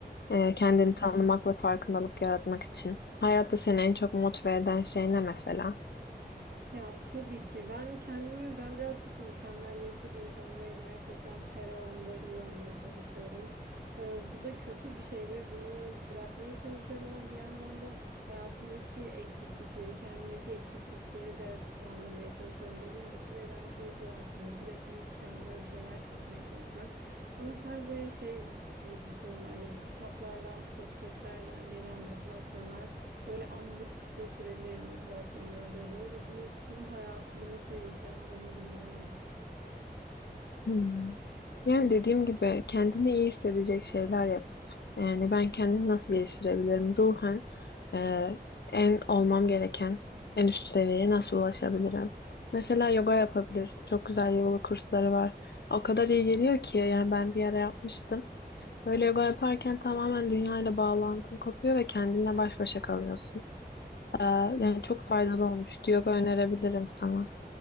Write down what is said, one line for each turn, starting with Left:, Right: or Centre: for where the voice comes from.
Left: Ee, kendini tanımak ve farkındalık yaratmak için. Hayatta seni en çok motive eden şey ne mesela?
Right: Ya tabii ki ben kendimi ben birazcık mükemmeliyetçi bir insanım ve gerçekten her alanda iyi olmaya çalışıyorum. Ee, bu da kötü bir şey ve bunu bırakmaya çalışıyorum ama bir yandan da hayatımdaki eksiklikleri, kendimdeki eksiklikleri de tamamlamaya çalışıyorum. Beni motive eden şey bu aslında. Sürekli kendime bir şeyler katmaya çalışmak. Ama sadece şey büyük bir sorun bence bu kitaplardan, podcastlerden gelen motivasyonlar Böyle anlık kısa süreli motivasyonlar alıyor. Böyle bunu tüm hayatıma nasıl yayacağım onu bilmiyorum.
Left: Hmm. Yani dediğim gibi kendini iyi hissedecek şeyler yap. Yani ben kendimi nasıl geliştirebilirim? Ruhen e, en olmam gereken en üst seviyeye nasıl ulaşabilirim? Mesela yoga yapabilirsin. Çok güzel yoga kursları var. O kadar iyi geliyor ki yani ben bir ara yapmıştım. Böyle yoga yaparken tamamen dünyayla bağlantın kopuyor ve kendinle baş başa kalıyorsun. E, yani çok faydalı olmuştu. Yoga önerebilirim sana.